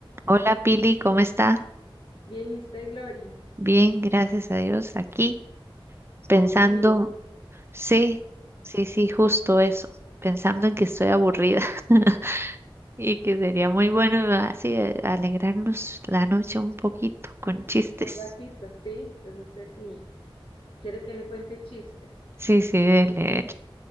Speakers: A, on the right; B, on the left.
A: Hola Pili, ¿cómo está?
B: Bien, ¿y usted, Glory?
A: Bien, gracias a Dios. Aquí pensando,
B: Aburrida.
A: sí, sí, sí, justo eso, pensando en que estoy aburrida <laughs> y que sería muy bueno así eh, alegrarnos la noche un poquito con chistes.
B: Un ratito, sí. Entonces no sé si quiere que le cuente chistes.
A: Sí, sí, dele,